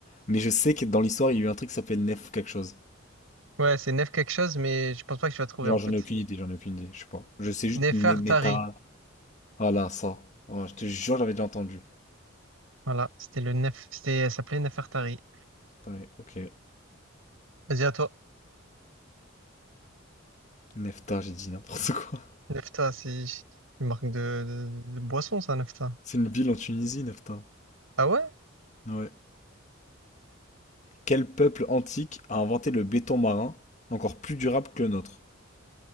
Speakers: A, on the left (about 35°); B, on the right (about 80°).
A: Mais je sais que dans l'histoire, il y a eu un truc qui s'appelle Nef quelque chose.
B: Ouais, c'est Nef quelque chose, mais je pense pas que tu vas trouver,
A: Genre,
B: en fait.
A: j'en ai aucune idée, j'en ai aucune idée. Je sais pas. Je sais juste
B: Nefertari.
A: Neta. Voilà, ça. Ouais, je te jure, j'avais déjà entendu.
B: Voilà, c'était le Nef... C'était... Elle s'appelait Nefertari.
A: Taï OK.
B: Vas-y, à toi.
A: Nefta, j'ai dit n'importe quoi.
B: Nefta, c'est une marque de, de, de boisson, ça, Nefta.
A: <laughs> C'est une ville en Tunisie, Nefta?
B: Ah ouais?
A: Ouais. Quel peuple antique a inventé le béton marin, encore plus durable que le nôtre?